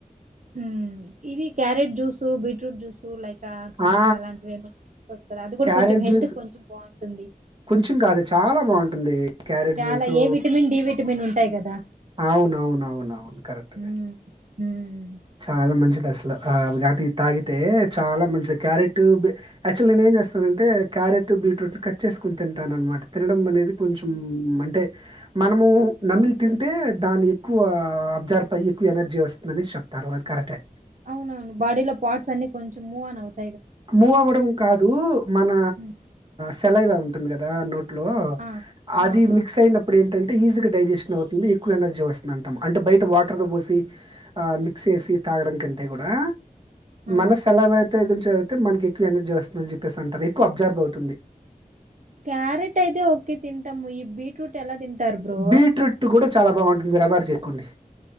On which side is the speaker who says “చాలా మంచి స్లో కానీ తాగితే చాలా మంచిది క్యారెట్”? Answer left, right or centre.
Right